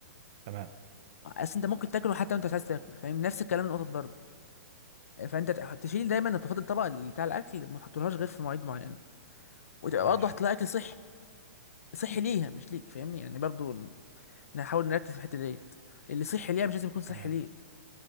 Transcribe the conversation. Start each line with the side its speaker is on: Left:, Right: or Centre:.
Right: تمام
Left: اصل انت ممكن تاكله حتى وانت مش عايز تاكل فاهم نفس الكلام القطط برضه فانت ت- تشيل دايما نظافات الطبق اللي بتاع الاكل ما تحطولهاش غير في مواعيد معينه وتبقى
Right: ماشي
Left: برضه هتلاقي اكل صحي صحي ليها مش ليك فاهمني يعني برضه نحاول نركز في الحته ديت اللي صحي ليها مش لازم يكون صحي
Right: تمام
Left: ليك